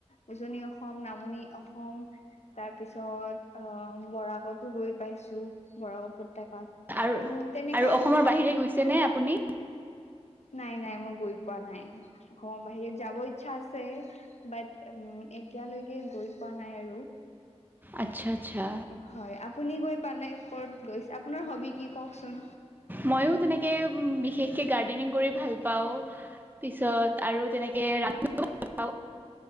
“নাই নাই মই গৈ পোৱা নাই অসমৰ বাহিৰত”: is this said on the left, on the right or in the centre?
Left